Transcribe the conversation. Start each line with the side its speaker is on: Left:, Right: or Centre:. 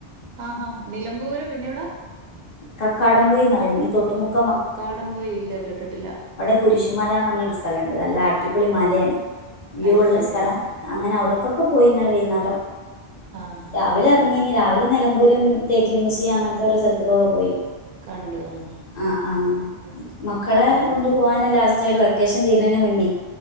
Right: ആഹാ ഹാ നിലമ്പൂര് പിന്നെവിടാ
Left: കക്കാടം പൊയിൽ ന്നറിയും ഈ തോട്ട് മുക്
Right: കക്കാടം പോയിൽ ല്ല കേട്ട്ട്ടില്ല
Left: കുരിശുമലന്നർഞ്ഞൊരു സ്ഥലണ്ട് നല്ല അടിപൊളി മലേണ് വ്യൂ
Right: അയ്ശരി
Left: ള്ള സ്ഥലം
Right: ആഹ്
Left: അങ്ങനെ ആവുമ്പോ ക്കൊക്കെ പോയിന്നല്ലെ വൈന്നാരം
Right: ആഹ് ആഹ് ആഹ്
Left: രാവിലെ
Right: ആഹ്
Left: എർങ്ങീനി
Right: ആഹ്
Left: രാവിലെ നെലമ്പൂരും തേക്ക് മുസിയ ങ്ങൻത്തോരോ സ്ഥൽത്ത്ക്കൊക്കെ പോയി
Right: കണ്ടു ആഹ് ആഹ്
Left: ആ ആഹ്
Right: അത് ശരി
Left: മക്കളെ
Right: ഉം
Left: കൊണ്ടുപോവാന്
Right: ഉം
Left: ലാസ്റ്റായിപ്പോ പറ്റ് ക്കേഷൻ തീര്നേന് മുന്നേ